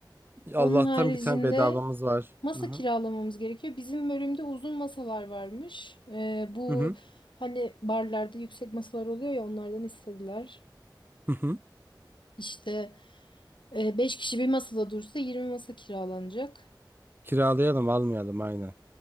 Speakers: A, on the right (about 25°); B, on the left (about 85°).
A: Allah'tan
B: Onun haricinde
A: bir tane bedavamız var.
B: masa
A: Hı hı.
B: kiralamamız gerekiyor. Bizim bölümde uzun masalar varmış. Ee, bu
A: Hı hı.
B: hani barlarda yüksek masalar oluyor ya onlardan istediler.
A: Hı hı.
B: İşte e, 5 kişi bir masada dursa 20 masa kiralanacak.
A: Kiralayalım almayalım aynen.